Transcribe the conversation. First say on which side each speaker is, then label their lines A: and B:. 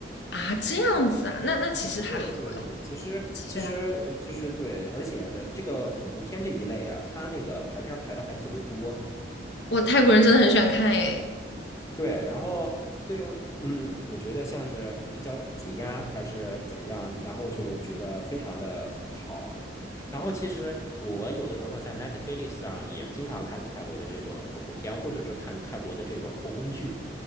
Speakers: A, on the left; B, on the left.
A: 啊，这样子啊，那那其实还好，
B: 对对对，其实其实呃其实对，
A: 其实还好。
B: 而且的这个恐怖片这一类啊，它那个排片儿排的还特别多。
A: 我泰国人真的很喜欢看诶。
B: 对，然后对，嗯，我觉得像是比较解压还是怎么样，然后就觉得非常的好。然后其实我有的时候在 Netflix 上也经常看泰国的这种恐怖片，或者是看泰国的这种后宫剧。